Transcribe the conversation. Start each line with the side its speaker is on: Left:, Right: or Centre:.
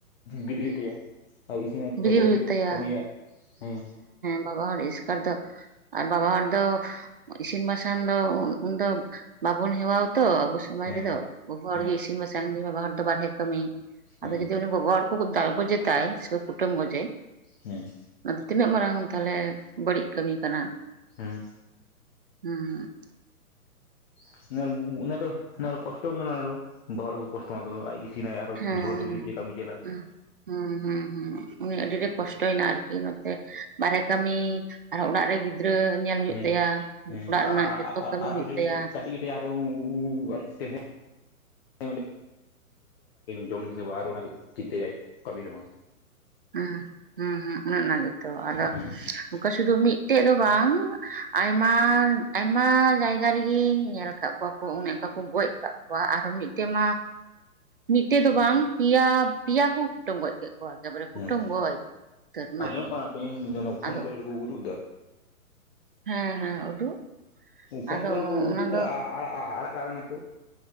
Left: ᱵᱤᱨᱤᱜ ᱦᱩᱭᱩᱜ ᱴᱟᱭᱟ᱾ ᱟᱨ ᱤᱥᱤᱱᱟ
Right: ᱵᱤᱨᱤ
Left: ᱛᱚ, ᱛᱚᱵᱮ
Right: ᱦᱩᱭᱩᱜ
Left: ᱛᱚᱭ
Right: ᱛᱟᱭᱟ
Left: ᱠᱟᱹᱢᱤᱭᱟ᱾ ᱦᱮᱸ
Right: ᱵᱟᱵᱟ ᱦᱚᱲ ᱤᱥᱠᱟᱨ ᱫᱚ ᱟᱨ ᱵᱟᱵᱟ ᱦᱚᱲ ᱫᱚ ᱤᱥᱤᱱ ᱵᱟᱥᱟᱝ ᱫᱚ ᱩᱱ ᱫᱚ ᱵᱟᱵᱚᱱ ᱦᱮᱣᱟ ᱣᱟᱛᱚ ᱟᱵᱚᱥ
Left: ᱦᱮᱸ
Right: <unintelligible> ᱨᱮᱫᱚ ᱜᱚᱜᱚ ᱦᱚᱲ
Left: ᱦᱮᱸ
Right: ᱜᱮ ᱤᱥᱤᱱ ᱵᱟᱥᱟᱝ ᱜᱮ ᱵᱟᱵᱟ ᱦᱚᱲ ᱫᱚ ᱵᱟᱨᱦᱮ ᱠᱟᱹᱢᱤ
Left: ᱦᱮᱸ
Right: ᱟᱫᱚ ᱡᱩᱫᱤ ᱩᱱᱤ ᱜᱚᱜᱚ ᱦᱚᱲ ᱠᱚ ᱫᱟᱞ ᱜᱚᱡᱮ ᱛᱟᱭ ᱥᱮ ᱠᱚ ᱠᱩᱴᱟᱹᱢ ᱜᱚᱡᱮ
Left: ᱦᱮᱸ
Right: ᱟᱫᱚ ᱛᱤᱱᱟᱹᱜ ᱢᱟᱨᱟᱝ ᱛᱟᱦᱞᱮ ᱵᱟᱹᱲᱤᱡ ᱠᱟᱹᱢᱤ ᱠᱟᱱᱟ ᱾
Left: ᱦᱩᱸ᱾
Right: ᱦᱩᱸ᱾
Left: <unintelligible> ᱚᱱᱟ ᱫᱚ ᱚᱱᱟ ᱠᱚᱥᱴᱚ <unintelligible> ᱵᱟᱵᱟ ᱦᱚᱲ ᱜᱮ ᱠᱚᱥᱴᱚ ᱚᱱᱟ ᱫᱟ ᱟᱡ ᱜᱮ ᱤᱥᱤᱱᱟᱭ ᱟᱨᱚ
Right: ᱦᱮᱸ
Left: ᱵᱷᱳᱨ ᱨᱤᱜᱤ ᱦᱩᱭᱩᱜ ᱛᱟᱭᱟ ᱠᱟᱹᱢᱤ ᱪᱥᱞᱟᱜ
Right: ᱦᱮᱸ ᱦᱩᱸ ᱦᱩᱸ ᱦᱩᱸ ᱱᱩᱭ ᱟᱹᱰᱤ, ᱟᱹᱰᱤ ᱠᱚᱥᱴᱚᱭ ᱱᱟ ᱟᱨᱠᱤ ᱱᱚᱛᱮ ᱵᱟᱨᱦᱮ ᱠᱟᱢᱤ ᱟᱨᱚᱸ ᱚᱲᱟᱜ ᱨᱮ ᱜᱤᱫᱽᱨᱟᱹ ᱧᱮᱞ ᱦᱩᱭᱩᱜ
Left: ᱦᱮᱸ
Right: ᱛᱟᱭᱟ᱾
Left: ᱦᱮᱸ
Right: ᱚᱲᱟᱜ
Left: ᱟᱨ
Right: ᱨᱮᱱᱟᱜ ᱡᱚᱛᱚ ᱠᱟᱹᱢᱤ
Left: ᱟᱨ
Right: ᱦᱩᱭᱩᱜ
Left: ᱡᱩ
Right: ᱛᱟᱭᱟ᱾
Left: <unintelligible> <inaudible> ᱡᱚᱢ ᱤᱧ ᱥᱮ ᱵᱟ, ᱟᱨ ᱚᱱᱟᱜᱮ ᱪᱤᱱᱛᱟᱹᱭᱟᱭ ᱠᱟᱹᱢᱤ ᱨᱮᱦᱚ᱾
Right: ᱩᱸ ᱦᱩᱸ ᱦᱩᱸ ᱚᱱᱮ ᱚᱱᱟ ᱜᱮᱛᱚ ᱟᱫᱚ
Left: ᱦᱮᱸ
Right: ᱚᱝᱠᱟ ᱥᱩᱫᱩ ᱢᱤᱜᱴᱮᱜ ᱫᱚ ᱵᱟᱝ ᱟᱭᱢᱟ ᱟᱭᱢᱟ ᱡᱟᱭᱜᱟ ᱨᱮᱜᱤ ᱧᱮᱞ ᱠᱟᱜ ᱠᱚᱣᱟ ᱠᱚ ᱚᱱᱮ ᱚᱝᱠᱟ ᱠᱚ ᱜᱚᱡᱽ ᱠᱟᱜ ᱠᱚᱣᱟ᱾ ᱠᱚᱣᱟ ᱟᱨᱚ ᱢᱤᱜᱴᱮᱱ ᱢᱟ ᱢᱤᱜᱴᱮᱡ ᱫᱚ ᱵᱟᱝ ᱯᱤᱭᱟ ᱯᱤᱭᱟ ᱠᱚ ᱠᱩᱴᱟᱹᱢ ᱜᱚᱡᱽ ᱠᱮᱜ ᱠᱚᱣᱟ ᱮᱠᱮᱵᱟᱨᱮ᱾
Left: ᱦᱩᱸ
Right: ᱠᱩᱴᱟᱹᱢ ᱜᱚᱡ ᱩᱛᱟᱹᱨ ᱢᱟ
Left: ᱟᱸᱡᱚᱢᱚᱜ ᱠᱟᱱᱟ ᱛᱚ ᱤᱧ ᱡᱮᱢᱚᱱ ᱯᱷᱳᱱ
Right: ᱟᱫᱚ
Left: ᱠᱚᱨᱮ ᱨᱮᱠᱚ ᱩᱫᱩᱜ ᱫᱟ᱾
Right: ᱦᱮᱸ ᱦᱮᱸ ᱩᱫᱩᱜ,
Left: ᱯᱷᱳᱱ
Right: ᱟᱫᱚ
Left: ᱠᱚᱨᱮ ᱠᱚ
Right: ᱚᱱᱟ
Left: ᱩᱫᱩᱜ ᱫᱟ
Right: ᱫᱚ
Left: ᱟ-ᱟ-ᱟ-ᱟᱲ ᱟᱲᱟᱜ ᱠᱟᱜ ᱠᱟᱱᱟ ᱠᱚ᱾